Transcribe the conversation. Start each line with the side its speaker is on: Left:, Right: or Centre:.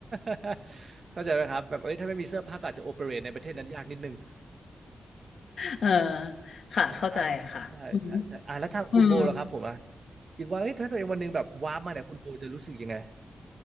Right: <laughs> เข้าใจไหมครับแบบเอ้ยถ้าไม่มีเสื้อผ้าก็อาจจะโอเปเรตในประเทศนั้นยากนิดนึง
Left: เออค่ะ
Right: นะครับใช่ใช่ใช่อ่ะแล้วทางคุณโบล่ะครับผมอ่ะ
Left: เข้าใจค่ะอือหืออืม
Right: คิดว่าเอ้ยถ้าตัวเองวันหนึงแบบวาร์ปมาเนี่ยคุณโบจะรู้สึกยังไง